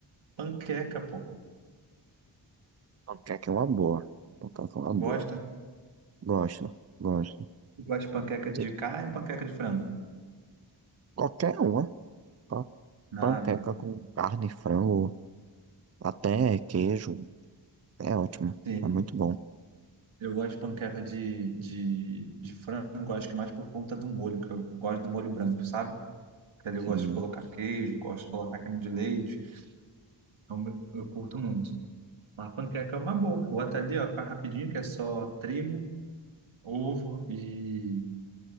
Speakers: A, on the right; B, on the right.
A: panqueca, pô.
B: Panqueca é uma boa. Panqueca é uma
A: Tu
B: boa.
A: gosta?
B: Gosto, gosto.
A: Tu gosta de panqueca
B: De-
A: de carne ou panqueca de frango?
B: Qualquer uma. Pa- Panqueca
A: Ah, velho.
B: com carne, frango, até queijo. É ótimo.
A: Sim.
B: É muito bom.
A: Eu gosto de panqueca de, de, de frango, acho que mais por conta do molho, que eu gosto do molho branco, sabe? Porque ali
B: Sim,
A: eu gosto de colocar queijo, gosto de colocar creme de leite. Então eu, eu curto muito. Mas panqueca é uma boa. Bota ali, ó, faz rapidinho, que é só trigo, ovo e